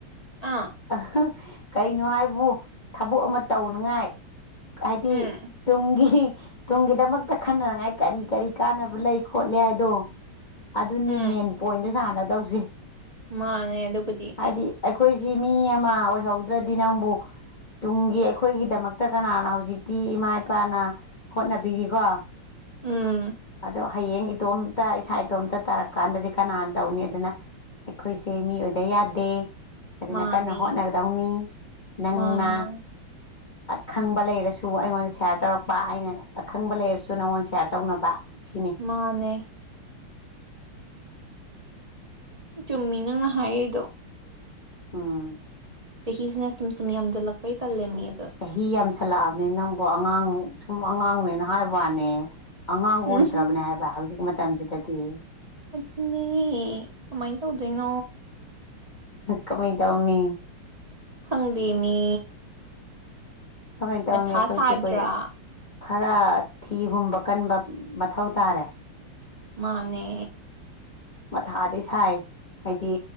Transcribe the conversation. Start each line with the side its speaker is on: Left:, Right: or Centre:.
Right: ꯑꯥ
Left: ꯑ ꯀꯩꯅꯣ ꯍꯥꯏꯕꯨ ꯊꯕꯛ ꯑꯃ ꯇꯧꯅꯤꯉꯥꯏ ꯍꯥꯏꯗꯤ
Right: ꯎꯝ
Left: ꯇꯨꯡꯒꯤꯤ ꯇꯨꯡꯒꯤꯗꯃꯛꯇ ꯈꯟꯅꯅꯉꯥꯏ ꯀꯔꯤ ꯀꯔꯤ ꯀꯥꯟꯅꯕ ꯂꯩ ꯈꯣꯠꯂꯤ ꯍꯥꯏꯗꯣ ꯑꯗꯨꯅꯤ
Right: ꯎꯝ
Left: ꯃꯦꯟ ꯄꯣꯏꯟꯗ ꯁꯥꯟꯅꯗꯧꯁꯤ
Right: ꯃꯥꯅꯦ ꯑꯗꯨꯕꯨꯗꯤ
Left: ꯍꯥꯏꯗꯤ ꯑꯩꯈꯣꯏꯁꯤ ꯃꯤ ꯑꯃ ꯑꯣꯏꯍꯧꯗ꯭ꯔꯗꯤ ꯅꯪꯕꯨ ꯇꯨꯡꯒꯤ ꯑꯩꯈꯣꯏꯒꯤꯗꯃꯛꯇ ꯀꯅꯥꯅ ꯍꯧꯖꯤꯛꯇꯤ ꯏꯃꯥ ꯏꯄꯥꯅ ꯍꯣꯠꯅꯕꯤꯔꯤꯀꯣ
Right: ꯎꯝ
Left: ꯑꯗꯣ ꯍꯌꯦꯡ ꯏꯇꯣꯝꯇ ꯏꯁꯥ ꯏꯇꯣꯝꯇ ꯇꯥꯔꯛꯀꯥꯟꯗꯗꯤ ꯀꯅꯥꯅ ꯇꯧꯅꯤ ꯑꯗꯨꯅ ꯑꯩꯈꯣꯏꯁꯦ ꯃꯤ ꯑꯣꯏꯗ ꯌꯥꯗꯦ ꯑꯗꯨꯅ
Right: ꯃꯥꯅꯤ
Left: ꯀꯟꯅ ꯍꯣꯠꯅꯒꯗꯧꯅꯤ ꯅꯪꯅ
Right: ꯃꯥꯅꯦ <inaudible> <inaudible>
Left: ꯑꯈꯪꯕ ꯂꯩꯔꯁꯨ ꯑꯩꯉꯣꯟꯗ ꯁꯤꯌꯥꯔ ꯇꯧꯔꯛꯄ ꯑꯩꯅ ꯑꯈꯪꯕ ꯂꯩꯔꯁꯨ ꯅꯪꯉꯣꯟꯗ ꯁꯤꯌꯥꯔ ꯇꯧꯅꯕ ꯁꯤꯅꯤ
Right: ꯃꯥꯅꯦ ꯆꯨꯝꯃꯤ ꯅꯪꯅ ꯍꯥꯏꯔꯤꯗꯣ
Left: ꯑꯥ
Right: ꯍꯁꯤꯅ ꯁꯨꯝ ꯁꯨꯝ ꯌꯥꯝꯟꯊꯠꯂꯛꯄꯩ ꯇꯜꯂꯦꯃꯤ ꯑꯗꯣ
Left: ꯍꯤ ꯌꯥꯝꯁꯜꯂꯛꯑꯕꯅꯤ ꯅꯪꯕꯨ ꯑꯉꯥꯡ ꯁꯨꯝ ꯑꯉꯥꯡꯅꯦꯅ ꯍꯥꯏꯕꯅꯦ ꯑꯉꯥꯡ
Right: ꯎꯝ
Left: ꯑꯣꯏꯗ꯭ꯔꯕꯅꯦ ꯍꯥꯏꯕ ꯍꯧꯖꯤꯛ ꯃꯇꯝꯁꯤꯗꯗꯤ
Right: ꯃꯨꯅꯦ ꯀꯃꯥꯏꯅ ꯇꯧꯗꯣꯏꯅꯣ
Left: ꯀꯃꯩ ꯇꯎꯅꯤ
Right: ꯈꯪꯗꯦ ꯃꯤ
Left: ꯀꯃꯥꯏꯅ ꯇꯧꯅꯤ
Right: ꯃꯊꯥ
Left: ꯑꯩꯈꯣꯏꯁꯤ
Right: ꯁꯥꯗ꯭ꯔꯥ
Left: ꯑꯩꯈꯣꯏ ꯈꯔ ꯊꯤ ꯍꯨꯝꯕ ꯀꯟꯕ ꯃꯊꯧ ꯇꯥꯔꯦ
Right: ꯃꯥꯅꯦ
Left: ꯃꯊꯥꯗꯤ ꯁꯥꯏ ꯍꯥꯏꯗꯤ